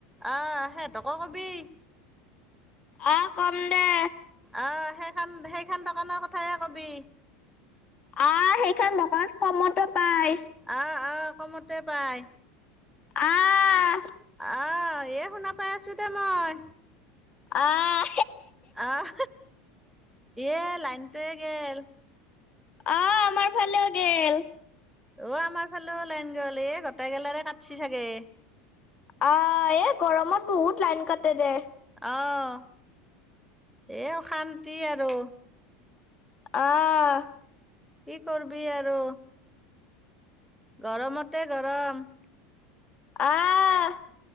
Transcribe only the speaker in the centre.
অহ সেহতক কবি
আহ সেখন সেখন দোকানৰ কথাই কবি
আহ আহ কমতে পাই।
আহ এ শুনা পাই আছো দে মই
আহ এ লাইনতে গেল
অ আমাৰ ফালেও লাইন গল এ গোট গেলাৰে কাটছি চাগে।
অঁ। এই অশান্তি আৰু
কি কৰবি আৰু গৰমতে গৰম